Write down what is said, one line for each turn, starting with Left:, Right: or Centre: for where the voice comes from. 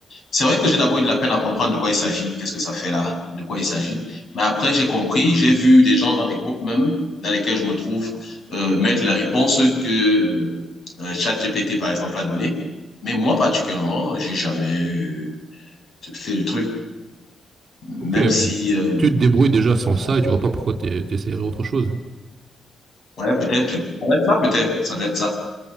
Left: C'est vrai que j'ai d'abord eu de la peine à comprendre de quoi il s'agit, qu'est-ce que ça fait là, de quoi il s'agit. Mais après, j'ai compris, j'ai vu des gens dans des groupes même dans lesquels je me trouve euh, mettre les réponses que euh, euh, ChatGPT, par exemple, a données. Mais moi, particulièrement, j'ai jamais euh, fait le truc, même
Right: Ok, hum,
Left: si... euh,
Right: tu te débrouilles déjà sans ça et tu vois pas pourquoi t'es- t'essaierais autre chose.
Left: ouais, peut-être, ça doit être ça, peut-être, ça doit être ça.